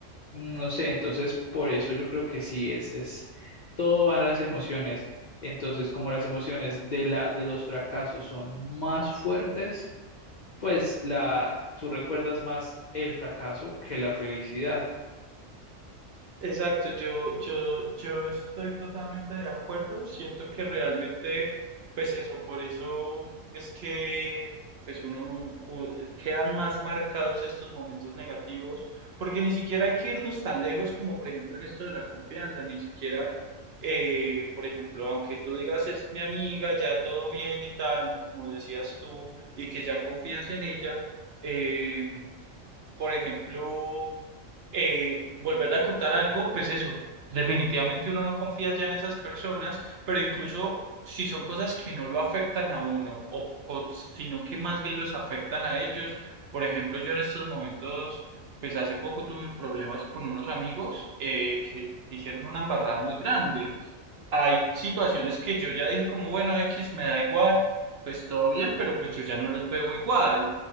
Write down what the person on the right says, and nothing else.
Exacto, yo, yo, yo estoy totalmente de acuerdo. Siento que realmente, pues eso, por eso es que pues uno u- quedan más marcados estos momentos negativos, porque ni siquiera hay que irnos tan lejos como por ejemplo en esto de la confianza, ni siquiera, eh, por ejemplo, aunque tú digas es mi amiga, ya todo bien y tal, como decías tú, y que ya confías en ella, eh, por ejemplo eh, volverle a contar algo, pues eso, definitivamente uno no confía ya en esas personas, pero incluso si son cosas que no lo afectan a uno, o co- sino que más bien los afectan a ellos. Por ejemplo, yo en estos momentos, pues hace poco tuve problemas con unos amigos eh, que hicieron una embarrada muy grande hay situaciones que yo ya dije como, bueno, X me da igual, pues todo bien, pero pues yo ya no los veo igual.